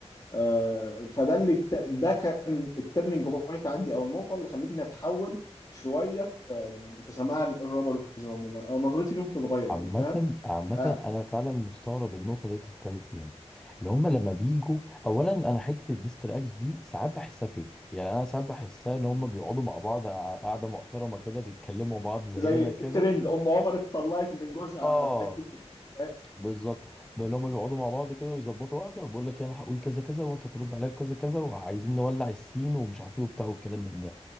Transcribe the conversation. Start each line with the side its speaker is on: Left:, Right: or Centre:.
Left: آه، فده اللي ده كان الترننج بوينت عندي او النقطه اللي خلتني اتحول شويه في في سماع الروبرز عموما او نظرتي ليهم تتغير
Centre: عامة
Left: يعني فاهم
Centre: عامة
Left: آه،
Centre: أنا فعلا مستغرب النقطة اللي أنت بتتكلم فيها دي. اللي هما لما بيجوا أولا أنا حتة الديستراكس دي ساعات بحسها فيك يعني أنا ساعات بحسها إن
Left: مم.
Centre: هما بيقعدوا مع بعض قع- قعدة محترمة كده بيتكلموا مع بعض زينا
Left: زي
Centre: كده
Left: الترند ام عمر اتطلقت من جوزها
Centre: آه
Left: بتاع التيك توك <laughs>
Centre: بالظبط اللي هما بيقعدوا مع بعض كده ويظبطوا قعدة وبيقول لك أنا هقول كذا كذا وأنت ترد عليا بكذا كذا وعايزين نولع السين ومش عارف إيه وبتاع والكلام من ده